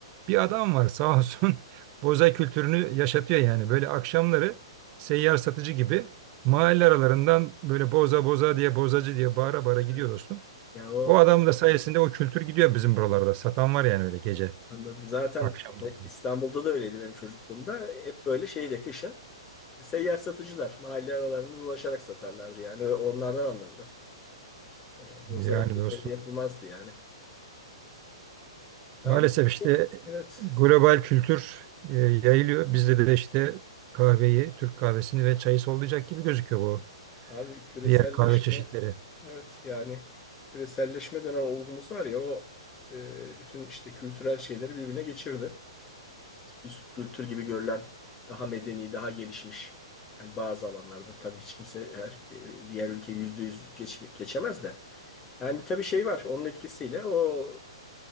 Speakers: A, on the right; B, on the left.
A: bir adam var sağ olsun. <laughs> Boza kültürünü yaşatıyor yani. Böyle akşamları seyyar satıcı gibi mahalle aralarından böyle boza boza diye bozacı diye bağıra bağıra gidiyor
B: Evet.
A: dostum.
B: Ya o
A: O adam da sayesinde o kültür gidiyor bizim buralarda. Satan var yani öyle gece
B: Anladım. Zaten
A: akşamları.
B: İstanbul'da da öyleydi benim çocukluğumda. Hep böyle şeyde kışın seyyar satıcılar mahalle aralarında dolaşarak satarlardı yani. Ve Onlardan alınırdı. E, boza
A: Yani
B: evde,
A: dostum.
B: evde yapılmazdı yani.
A: Maalesef
B: Abi
A: işte
B: evet.
A: global kültür e, yayılıyor. Bizde de işte kahveyi, Türk kahvesini ve çayı sollayacak gibi gözüküyor bu
B: Abi küreselleşme
A: diğer kahve çeşitleri.
B: evet yani küreselleşme denen olgumuz var ya o e, bütün işte kültürel şeyleri birbirine geçirdi. üst kültür gibi görülen daha medeni, daha gelişmiş. Yani bazı alanlarda tabii hiç kimse her, e, diğer ülke yüzde yüz geç, geçemez de. Yani tabii şey var onun etkisiyle o